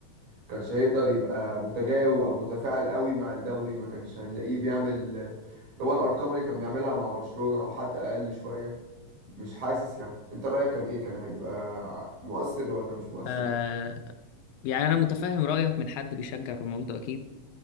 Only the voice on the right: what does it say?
كانش هيقدر يبقى متجاوب او متفاعل قوي مع الدوري ما كانش هنلاقيه بيعمل اللي هو الارقام اللي كان بيعملها مع برشلونة او حتى اقل شوية مش حاسس يعني انت رايك كان ايه كان هيبقى ع- مؤثر ولا مش مؤثر